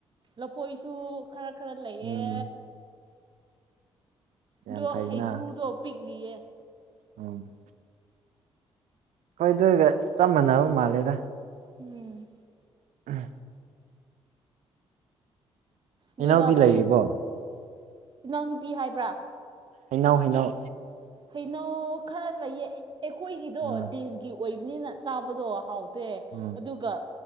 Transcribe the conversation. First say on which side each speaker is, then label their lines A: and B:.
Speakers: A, on the right; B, on the right.
A: ꯂꯐꯣꯏꯁꯨ ꯈꯔ-ꯈꯔ ꯂꯩꯌꯦ꯫
B: ꯎꯝ ꯌꯥꯝ
A: ꯗꯣ
B: ꯐꯩꯅ
A: ꯍꯩꯒ꯭ꯔꯨꯗꯣ ꯄꯤꯛꯂꯤꯌꯦ꯫
B: ꯎꯝ꯫ ꯑꯩꯈꯣꯏꯗꯨꯒ ꯆꯞ ꯃꯥꯟꯅꯕ ꯃꯥꯜꯂꯦꯗ꯫
A: ꯎꯝ
B: ꯎꯝ <unintelligible> ꯍꯩꯅꯧꯗꯤ
A: ꯑꯗꯨꯒ
B: ꯂꯩꯔꯤꯕꯣ
A: ꯍꯩ ꯏꯅꯥꯎꯅꯨꯄꯤ ꯍꯥꯏꯕ꯭ꯔꯥ?
B: ꯍꯩꯅꯧ-ꯍꯩꯅꯧ꯫
A: ꯍꯩꯅꯧ ꯈꯔ ꯂꯩꯌꯦ ꯑꯩꯈꯣꯏꯒꯤꯗꯣ
B: ꯎꯝ
A: ꯗꯦꯁꯒꯤ ꯑꯣꯏꯕꯅꯤꯅ ꯆꯥꯕꯗꯣ ꯍꯥꯎ <unintelligible>
B: ꯎꯝ
A: ꯑꯗꯨꯒ